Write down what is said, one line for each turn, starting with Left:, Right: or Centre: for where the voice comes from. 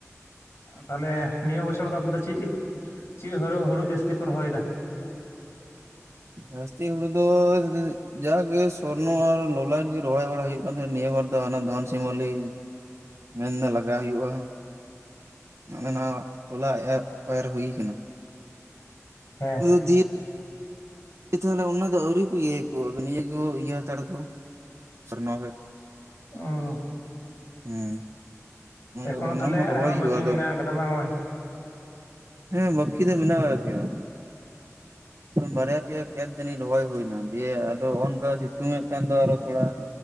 Left: ᱛᱟᱦᱚᱞᱮ ᱱᱤᱭᱟᱹ ᱵᱚᱪᱷᱚᱨ ᱫᱚ ᱟᱯᱮ ᱫᱚ ᱪᱮᱫ ᱪᱮᱫ ᱦᱳᱲᱳ ᱦᱩᱲᱩ ᱡᱟᱹᱥᱛᱤ ᱯᱮ ᱨᱚᱦᱚᱭᱮᱫᱟ?
Right: ᱡᱟᱹᱥᱛᱤ ᱦᱩᱲᱩ ᱫᱚ ᱡᱟᱜᱮ ᱥᱚᱨᱱᱚ ᱟᱨ ᱞᱚᱞᱟᱴ ᱜᱮ ᱨᱚᱦᱚᱭ ᱵᱟᱲᱟ ᱦᱩᱭᱩᱜ ᱟᱫᱚ ᱱᱤᱭᱟᱹ ᱵᱟᱨ ᱫᱚ ᱦᱟᱱᱟ ᱫᱷᱚᱱ ᱥᱤᱢᱚᱞᱤ ᱢᱮᱱ ᱫᱚ ᱞᱟᱜᱟᱣ ᱦᱩᱭᱩᱜ-ᱟ᱾ ᱦᱟᱱᱟ ᱱᱟᱣᱟ ᱛᱚᱞᱟ ᱮᱨ ᱦᱩᱭ ᱠᱟᱱᱟ᱾
Left: ᱦᱮᱸ
Right: <unintelligible> ᱮ ᱛᱟᱦᱚᱞᱮ ᱚᱱᱟ ᱫᱚ ᱟᱹᱣᱨᱤ ᱠᱚ ᱤᱭᱟᱹᱭᱟᱠᱚ ᱟᱫᱚ ᱱᱤᱭᱟᱹ ᱜᱮᱠᱚ ᱤᱭᱟᱹ ᱦᱟᱛᱟᱲ ᱟᱛᱠᱚ ᱥᱚᱨᱱᱚ ᱜᱮ᱾
Left: ᱚ
Right: ᱦᱮᱸ᱾
Left: ᱮᱠᱷᱚᱱᱚ
Right: ᱟᱫᱚ ᱚᱱᱟ
Left: ᱛᱟᱦᱚᱞᱮ
Right: ᱦᱚᱸ ᱨᱚᱦᱚᱭ
Left: ᱟᱭᱢᱟ ᱵᱟᱹᱠᱤ
Right: ᱦᱩᱭᱩᱜᱼᱟ ᱟᱫᱚ
Left: ᱢᱮᱱᱟᱜ ᱟᱠᱟᱫᱟ ᱵᱟᱝ ᱦᱚᱸᱜ-ᱚᱭ᱾
Right: ᱦᱮᱸ ᱵᱟᱠᱤ ᱫᱚ ᱢᱮᱱᱟᱜ ᱟᱠᱟᱫ ᱜᱮᱭᱟ, ᱵᱟᱨᱭᱟ ᱯᱮᱭᱟ ᱠᱷᱮᱛ ᱡᱟᱱᱤᱡ ᱨᱚᱦᱚᱭ ᱦᱩᱭᱮᱱᱟ᱾ ᱫᱤᱭᱮ ᱟᱫᱚ ᱚᱱᱠᱟ ᱥᱤᱛᱩᱝ-ᱮᱫ ᱠᱷᱟᱱ ᱫᱚ ᱟᱨᱚ ᱛᱷᱚᱲᱟ